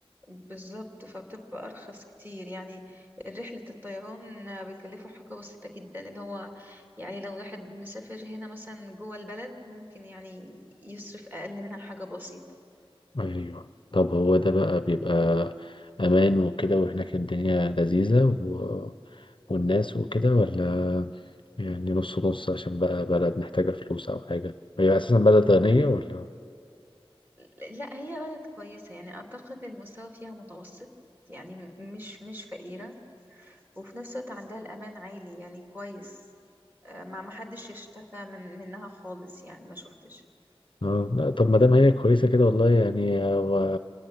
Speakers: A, on the right (about 20°); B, on the left (about 55°).
A: بالظبط فبتبقى أرخص كتير يعني رحلة الطيران بيكلفوا حاجة بسيطة جدا اللي هو يعني لو واحد مسافر هنا مثلا جوه البلد ممكن يعني يصرف أقل منها حاجة بسيطة
B: ايوه طب هو ده بقى بيبقى امان وكده وهناك الدنيا لذيذة و... والناس وكده ولا يعني نص نص عشان بقى بلد محتاجة فلوس او حاجة هي اساسا بلد غنية ولا
A: لا هي بلد كويسة يعني أعتقد المستوى فيها متوسط يعني م- مش مش فقيرة وفي نفس الوقت عندها الأمان عالي يعني كويس آه، ما ما حدش يشتكى من منها خالص يعني ما شفتش
B: اه لا طب ما دام هي كويسة كده والله يعني آه، و...